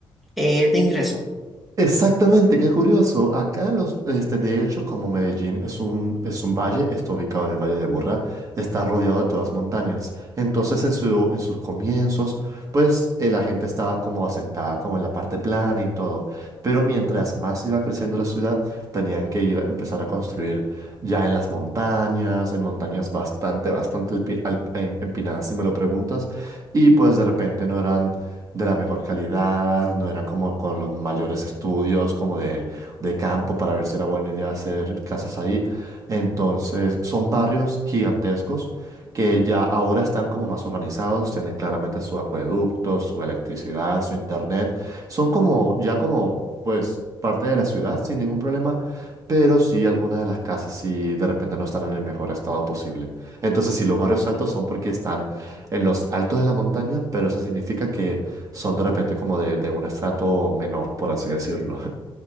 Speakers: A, in the centre; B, on the right.
A: eh, de ingreso,
B: Exactamente, qué curioso. Acá los, este, de hecho, como Medellín es un, es un valle, está ubicado en el Valle de Burra, está rodeado de todas montañas. Entonces, en su, en sus comienzos, pues eh, la gente estaba como asentada, como en la parte plana y todo. Pero mientras más iba creciendo la ciudad, tenían que ir, empezar a construir ya en las montañas, en montañas bastante, bastante alpi- al- em- empinadas, si me lo preguntas. Y pues de repente no eran de la mejor calidad, no eran como con los mayores estudios, como de, de campo para ver si era buena idea hacer casas ahí. Entonces, son barrios gigantescos que ya ahora están como más organizados, tienen claramente su acueducto, su electricidad, su internet. Son como, ya como, pues, parte de la ciudad sin ningún problema, pero sí algunas de las casas sí de repente no están en el mejor estado posible. Entonces, si los barrios altos son porque están en los altos de la montaña, pero eso significa que son de repente como de, de un estrato menor, por así decirlo,